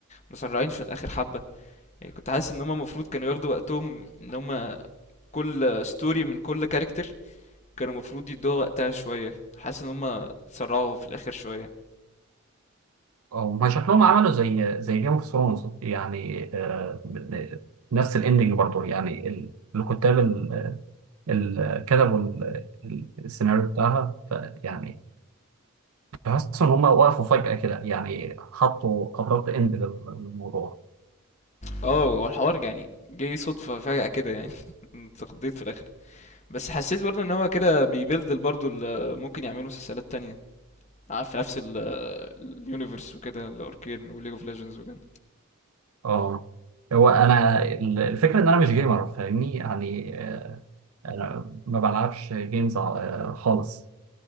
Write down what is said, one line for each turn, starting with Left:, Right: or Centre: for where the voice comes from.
Left: مسرعين في الاخر حبه يعني كنت حاسس ان هم المفروض كانوا ياخدوا وقتهم ان هم كل ستوري من كل كاركتر كانوا المفروض يدوها وقتها شويه حاسس ان هم اتسرعوا في الاخر شويه
Right: أو ما شكلهم عملوا زي زي جيم اوف ثرونز يعني آه، ب- نفس الاندنج برضه يعني ال- الكتاب ال- ال- كتبوا ال- ال- السيناريو بتاعها فيعني بحس ان هم وقفوا فجأة كده يعني حطوا ابرة اند للموضوع
Left: اه هو الحوار يعني جه صدفه فجاه كده يعني <laughs> اتقضيت في الاخر بس حسيت برضه ان هو كده بيبيلد برضه اللي ممكن يعملوا مسلسلات تانية آه، في نفس اليونيفرس وكده الاركين وليج اوف ليجندز وكده
Right: اه هو انا ال- الفكره ان انا مش جيمر فاهمني يعني آه، انا ما بلعبش جيمز آه، خالص